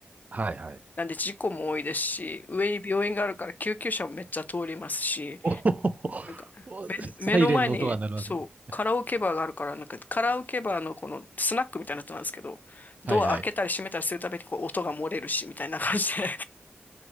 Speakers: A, on the right (about 40°); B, on the left (about 45°).
A: はいはい。
B: なんで事故も多いですし、上に病院があるから救急車もめっちゃ通りますし、
A: <laughs>
B: なんか、
A: おおおサイレンの音が鳴るわけです。
B: 目、目の前に、そう、カラオケバーがあるから、なんか、カラオケバーのこのスナックみたいなやつなんですけど、
A: はいはい。
B: ドア開けたり閉めたりするたびにこう音が漏れるし、みたいな感じで。